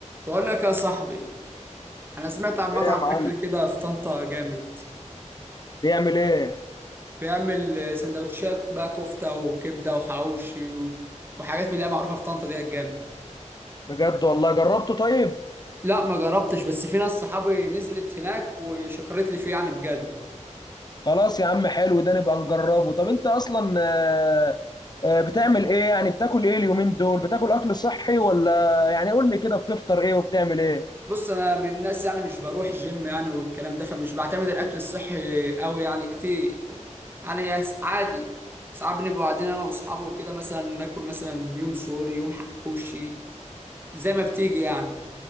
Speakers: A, on the right; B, on the left.
A: بقول لك يا صاحبي انا سمعت عن مطعم
B: ايه يا معلم
A: اكل كده في طنطا جامد
B: بيعمل ايه
A: بيعمل آه، سندوتشات بقى كفته وكبده وحواوشي و... وحاجات من اللي هي معروفه في طنطا دي جامد
B: بجد والله جربته طيب
A: لا ما جربتش بس في ناس صحابي نزلت هناك وشكرت لي فيه يعني بجد
B: خلاص يا عم حلو ده نبقى نجربه طب انت اصلا آه، آه، بتعمل ايه يعني بتاكل ايه اليومين دول بتاكل اكل صحي ولا يعني قول لي كده بتفطر ايه وبتعمل ايه
A: بص انا من الناس يعني مش بروح جيم يعني والكلام ده فمش بعتمد الاكل الصحي قوي يعني كتير يعني عادي ساعات بنبقى قاعدين انا واصحابي وكده مثلا ناكل مثلا يوم سوري يوم حواوشي زي ما بتيجي يعني